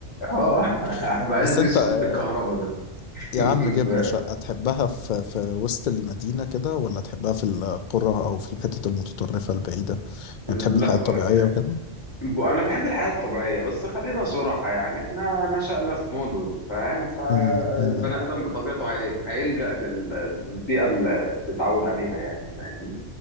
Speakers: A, on the left; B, on the left.
A: اه <laughs> هيبقى
B: <laughs>
A: عايز
B: بس
A: دي
B: انت
A: سكوتر
B: آه،
A: الكهرباء ده <laughs>
B: يا عم جبنا شقة تحبها في في وسط المدينة كده ولا تحبها في القرى أو في الحتت المتطرفة البعيدة
A: لا
B: يعني بتحب الحياة الطبيعية وكده
A: ب- انا بحب الحياه الطبيعيه بس خلينا صراحه يعني احنا نشأنا في مدن فاهم فالبني
B: أمم، أمم،
A: ادم بطبيعته هي... هيلجأ للبيئه اللي تتعود عليها يعني فاهم